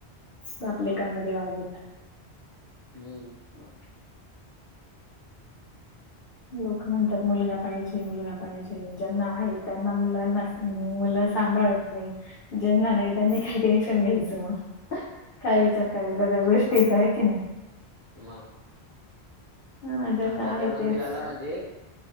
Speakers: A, on the left (about 60°); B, on the right (about 55°).
A: बाप आणि लेकामध्ये वादयेत.
B: हम्म.
A: बर <inaudible> लोक म्हणतात मुलगा पाहिजे, मुलगा पाहिजे, ज्यांना आहे, त्यांना मुलांना हम् मुलं सांभाळत नही, ज्यांना नाही त्यांनी काय टेन्शन घ्यायचं मग? काय विचार करायचा त्या गोष्टीचा, हाय की नई?
B: म?
A: हा ज्यांना
B: आता
A: आहे
B: त्या मंदिराला
A: तेच
B: म्हणजे,